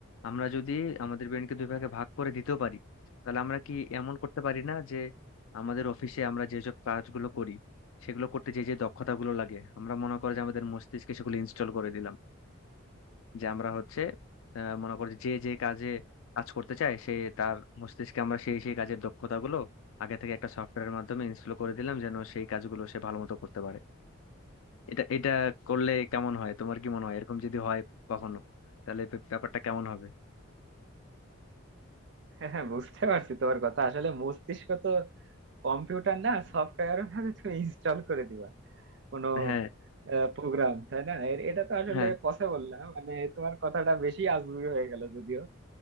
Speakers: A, on the left; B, on the right.
A: আমরা যদি আমাদের ব্রেনকে দুই ভাগে ভাগ করে দিতেও পারি তাহলে আমরা কি এমন করতে পারি না যে আমাদের অফিসে আমরা যেসব কাজগুলো করি সেগুলো করতে যে যে দক্ষতাগুলো লাগে আমরা মনে করো যে আমাদের মস্তিষ্কে সেগুলো ইনস্টল করে দিলাম যে আমরা হচ্ছে আহ, মনে করো যে যে কাজে কাজ করতে চাই সে তার মস্তিষ্কে আমরা সেই সেই কাজের দক্ষতাগুলো আগে থেকে একটা সফটওয়্যারের মাধ্যমে ইনস্টল করে দিলাম যেন সেই কাজগুলো সে ভালো মতো করতে পারে এটা এটা করলে কেমন হয় তোমার কি মনে হয় এরকম যদি হয় কখনো তাহলে বে- ব্যাপারটা কেমন হবে
B: হ্যাঁ হ্যাঁ বুঝতে পারছি তোমার কথা আসলে মস্তিষ্ক তো কম্পিউটার না সফটওয়্যারও না যে তুমি ইনস্টল করে দিবা কোনো
A: হ্যাঁ
B: প্রোগ্রাম তাই না এর- এটা তো আসলে
A: হ্যাঁ
B: পসিবল না মানে তোমার কথাটা বেশি আজগুবি হয়ে গেল যদিও